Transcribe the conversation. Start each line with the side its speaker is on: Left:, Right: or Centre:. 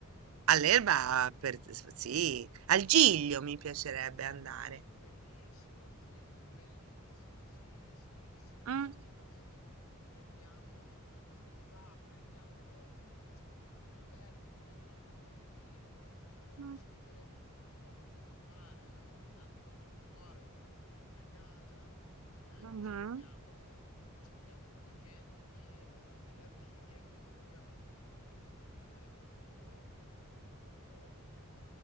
Right: All'Elba, per, sì, al Giglio mi piacerebbe
Left: Al
Right: andare.
Left: Giglio, bellissimo Al Giglio, bellissimo. Sì, sì, sì,
Right: Mm,
Left: sì, magari prendiamo, se ti va, prendiamo, tipo invece che prendere un albergo, prendiamo un appartamentino, così possiamo decidere
Right: mm,
Left: un po' che cosa fare. Ogni tanto mangiamo fuori, ogni tanto stiamo anche a casa, eh,
Right: mhm,
Left: e ci godiamo, e ci godiamo un weekend pieno dal venerdì e poi dopo abbiamo anche tutto il lunedì mattina e poi dopo ritorniamo al lavoro.